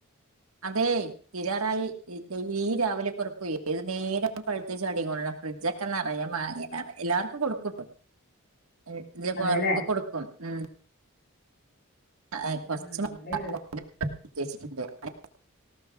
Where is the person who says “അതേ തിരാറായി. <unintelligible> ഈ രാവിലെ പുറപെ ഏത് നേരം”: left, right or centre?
Right